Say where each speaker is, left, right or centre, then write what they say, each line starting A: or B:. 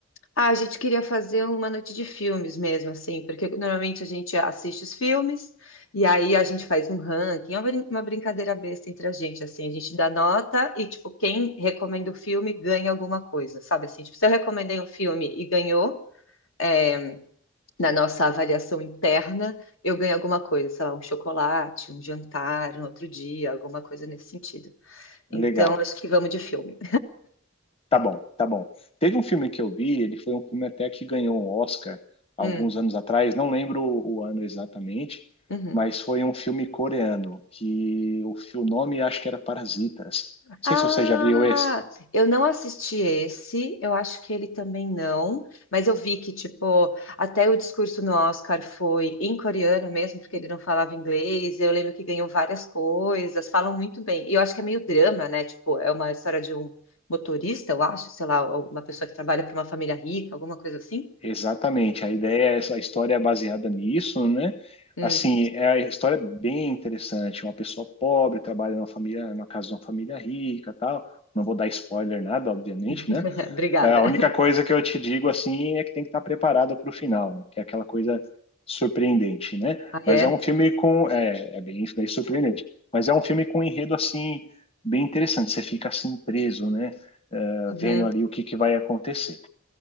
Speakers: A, on the left; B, on the left.
A: Ah, a gente queria fazer uma noite de filmes mesmo, assim, porque normalmente a gente assiste os filmes e aí a gente faz um ranking, é uma brin- uma brincadeira besta entre a gente, assim, a gente dá nota e, tipo, quem recomenda o filme ganha alguma coisa, sabe assim? Tipo, se eu recomendei um filme e ganhou, é, na nossa avaliação interna, eu ganho alguma coisa, sei lá, um chocolate, um jantar, no outro dia, alguma coisa nesse sentido. Então,
B: Legal.
A: acho que vamos de filme.
B: Tá bom, tá bom. Teve um filme que eu vi, ele foi um filme até que ganhou um Oscar alguns
A: Hum,
B: anos atrás, não lembro o o ano exatamente,
A: uhum.
B: mas foi um filme coreano que o, fi- o nome acho que era Parasitas. Não
A: Ah,
B: sei se você já viu esse.
A: eu não assisti esse, eu acho que ele também não, mas eu vi que, tipo, até o discurso no Oscar foi em coreano mesmo, porque ele não falava inglês, eu lembro que ganhou várias coisas, falam muito bem, e eu acho que é meio drama, né, tipo, é uma história de um motorista, eu acho, sei lá, uma pessoa que trabalha para uma família rica, alguma coisa assim.
B: Exatamente, a ideia é essa, a história é baseada nisso, né?
A: Hum.
B: Assim, é a história é bem interessante. Uma pessoa pobre trabalha numa família, na casa de uma família rica, tal. Não vou dar spoiler nada, obviamente,
A: <laughs>
B: né?
A: Obrigada.
B: É, a única coisa que eu te digo assim é que tem que estar preparado para o final, né? Que é aquela coisa surpreendente, né?
A: Ah,
B: Mas
A: é?
B: é um filme com é, é bem, bem surpreendente, mas é um filme com um enredo assim bem interessante. Você fica assim preso, né? É,
A: Uhum.
B: vendo ali o que que vai acontecer.